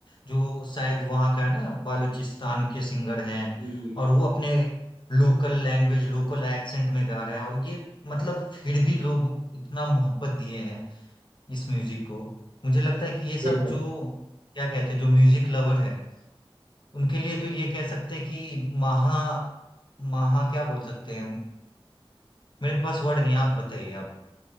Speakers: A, on the left (about 55°); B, on the right (about 40°).
A: जो शायद वहाँ का है ना बालूचिस्तान के सिंगर हैं
B: जी जी जी।
A: और वो अपने लोकल लैंग्वेज लोकल एक्सेंट में गा रहे हैं और ये मतलब फिर भी लोग इतना मोहब्बत दिए हैं इस म्यूजिक को मुझे लगता है कि ये
B: बिल्कुल
A: सब जो क्या कहते हैं जो म्यूजिक लवर है उनके लिए तो ये कह सकते हैं कि महा महा क्या बोल सकते हैं मेरे पास वर्ड नहीं आप बताइए आप